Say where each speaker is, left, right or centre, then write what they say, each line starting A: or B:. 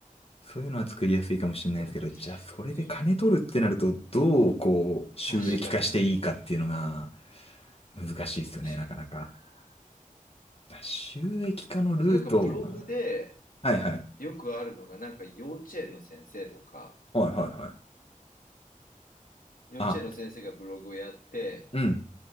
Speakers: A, on the left (about 45°); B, on the left (about 80°).
A: そういうのは作りやすいかもしれないですけど、
B: え
A: じゃあそれで金取るってなると、
B: それで
A: どうこう収益化していいかっていうのが
B: 確かな、
A: 難しいですよね、
B: 確かにな。
A: なかなか。収益化のルートをな。
B: なんかブログで
A: はいはい。
B: よくあるのが、なんか幼稚園の先生とか、
A: はいはいはい。
B: 幼稚園の先生がブログをやって、
A: あ、うん。